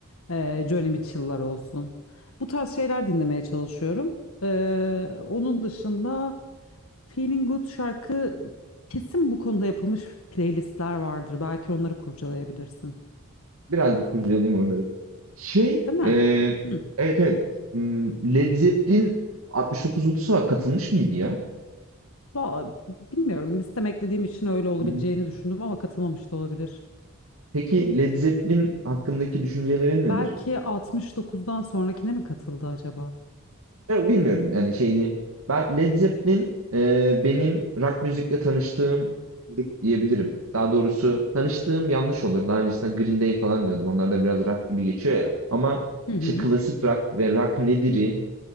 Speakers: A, on the left (about 80°); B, on the right (about 85°).
A: ee, Joni Mitchell'lar olsun. Bu tarz şeyler dinlemeye çalışıyorum. Ee, onun dışında Feeling Good şarkı kesin bu konuda yapılmış playlistler vardır. Belki onları kurcalayabilirsin.
B: Birazcık kurcalayayım onları. Şey,
A: Değil mi?
B: e,
A: Hı.
B: evet evet. Hmm, Led Zeppelin 69 Ulus'a katılmış mıydı ya?
A: Va- Bilmiyorum. Listeme eklediğim için öyle olabileceğini
B: Hı hı.
A: düşündüm ama katılmamış da olabilir.
B: Peki Led Zeppelin hakkındaki düşüncelerin nedir?
A: Belki 69'dan sonrakine mi katıldı acaba?
B: Ya, bilmiyorum yani şeyini. Ben Led Zeppelin e, benim rock müzikle tanıştığım grup diyebilirim. Daha doğrusu tanıştığım yanlış olur. Daha öncesinde Green Day falan diyordum. Onlar da biraz rock gibi geçiyor ya. Ama
A: Hı hı.
B: işte klasik rock ve rock nedir'i